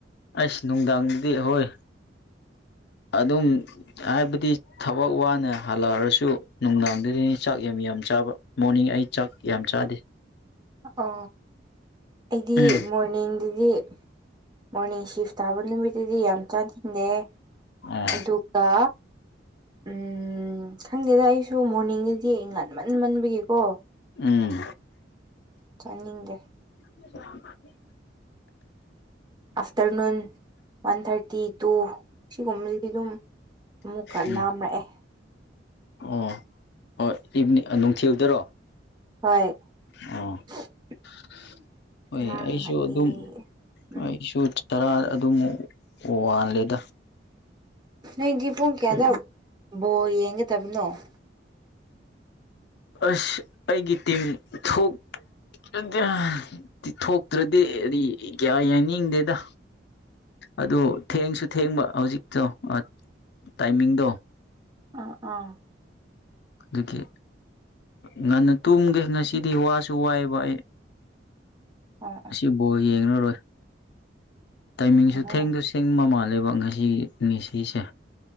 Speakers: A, on the left; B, on the right.
A: ꯑꯁ ꯅꯨꯡꯗꯥꯡꯗꯤ ꯍꯣꯏ ꯑꯗꯨꯝ ꯍꯥꯏꯕꯗꯤ ꯊꯕꯛ ꯋꯥꯅ ꯍꯜꯂꯛꯑꯔꯁꯨ ꯅꯨꯡꯗꯥꯡꯗꯗꯤ ꯆꯥꯛ ꯌꯥꯝ ꯌꯥꯝ ꯆꯥꯕ ꯃꯣꯔꯅꯤꯡ ꯑꯩ ꯆꯥꯛ ꯌꯥꯝ ꯆꯥꯗꯦ
B: ꯑꯣ ꯑꯩꯗꯤ
A: ꯎꯝ
B: ꯃꯣꯔꯅꯤꯡꯗꯗꯤ ꯃꯣꯔꯅꯤꯡ ꯁꯤꯐ ꯇꯥꯕ ꯅꯨꯃꯤꯠꯇꯨꯗꯤ ꯌꯥꯝ ꯆꯥꯅꯤꯡꯗꯦ
A: ꯑꯣ
B: ꯑꯗꯨꯒ ꯎꯝ ꯈꯪꯗꯦꯗ ꯑꯩꯁꯨ ꯃꯣꯔꯅꯤꯡꯗꯗꯤ ꯉꯟꯃꯟꯃꯟꯕꯒꯤꯀꯣ
A: ꯎꯝ
B: ꯆꯥꯅꯤꯡꯗꯦ
A: <unintelligible>
B: ꯑꯥꯐꯇꯔꯅꯨꯟ ꯋꯥꯟ ꯊꯥꯔꯇꯤ ꯇꯨ ꯁꯤꯒꯨꯝꯕꯗꯤ ꯑꯗꯨꯝ ꯑꯃꯨꯛꯀ
A: ꯎꯝ
B: ꯂꯥꯝꯔꯛꯑꯦ꯫
A: ꯑꯣ ꯍꫭꯏ ꯏꯚꯅꯤ ꯅꯨꯡꯊꯤꯜꯗꯔꯣ꯫
B: ꯍꯣꯏ
A: ꯑꯣ
B: <unintelligible>
A: <unintelligible> ꯍꯣꯏ
B: ꯂꯥꯝꯔꯛꯑꯦ
A: ꯑꯩꯁꯨ ꯑꯗꯨꯝ
B: ꯎꯝ
A: ꯑꯩꯁꯨ ꯆ ꯇꯔꯥ ꯑꯗꯨꯃꯨꯛ ꯋꯥꯜꯂꯦꯗ꯫
B: ꯅꯣꯏꯗꯤ ꯄꯨꯡ ꯀꯌꯥꯗ ꯕꯣꯜ ꯌꯦꯡꯒꯗꯕꯅꯣ꯫ <unintelligible>
A: ꯑꯁ ꯑꯩꯒꯤ ꯇꯤꯝ ꯊꯣꯛ ꯑꯗꯤ <unintelligible> ꯊꯣꯛꯇ꯭ꯔꯗꯤ ꯔꯤ ꯀꯌꯥ ꯌꯦꯡꯅꯤꯡꯗꯦꯗ꯫ ꯑꯗꯨ ꯊꯦꯡꯁꯨ ꯊꯦꯡꯕ ꯍꯧꯖꯤꯛꯇꯣ ꯑ ꯇꯥꯏꯃꯤꯡꯗꯣ꯫
B: ꯑꫭ ꯑꫭ꯫
A: ꯑꯗꯒꯤ ꯉꯟꯅ ꯇꯨꯝꯒꯦ ꯉꯁꯤꯗꯤ ꯋꯥꯁꯨ ꯋꯥꯌꯦꯕ ꯑꯩ꯫
B: ꯑꯣ꯫
A: ꯉꯁꯤ ꯕꫭꯜ ꯌꯦꯡꯔꯔꯣꯏ꯫ ꯇꯥꯏꯃꯤꯡꯁꯨ
B: ꯑꯣ
A: ꯊꯦꯡꯗꯨ ꯁꯦꯡ ꯃꯥꯜꯂꯦꯕ ꯉꯁꯤ ꯉꯁꯤꯁꯦ꯫